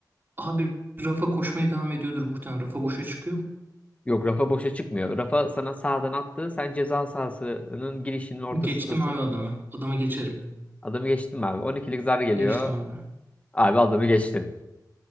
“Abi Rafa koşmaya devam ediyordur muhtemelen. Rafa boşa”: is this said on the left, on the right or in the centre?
Right